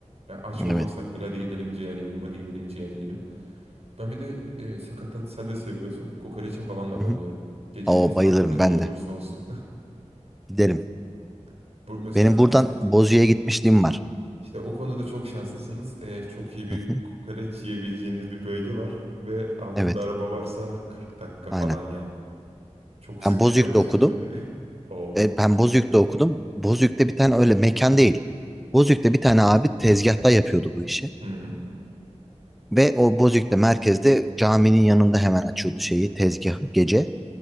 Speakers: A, on the right (about 60°); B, in the centre.
A: Yani aç olmasak
B: Evet.
A: bile hadi gidelim ciğer yiyelim hadi gidelim ciğer yiyelim. Ben bir de e, sakatat sen de seviyorsun. Kokoreçe falan da
B: Hı
A: bayılıyorum.
B: hı.
A: Gecenin
B: Oo,
A: saat
B: bayılırım
A: kaçı
B: ben
A: olursa
B: de.
A: olsun.
B: Giderim.
A: <laughs> Bu mesela
B: Benim buradan Bozüyük'e gitmişliğim var.
A: İşte o konuda çok şanslısınız. Ee, çok iyi bir
B: Hı hı.
A: kokoreç yiyebileceğiniz bir bölge var ve altında
B: Evet.
A: araba varsa 40 dakika falan
B: Aynen.
A: yani. Çok sık
B: Ben Bozüyük'te
A: gidiyor musun
B: okudum.
A: diye mi? <laughs> Oo.
B: E, ben Bozüyük'te okudum. Bozüyük'te bir tane öyle mekan değil. Bozüyük'te bir tane abi tezgahta yapıyordu bu işi.
A: Hı.
B: Ve o Bozüyük'te merkezde caminin yanında hemen açıyordu şeyi tezgahı gece.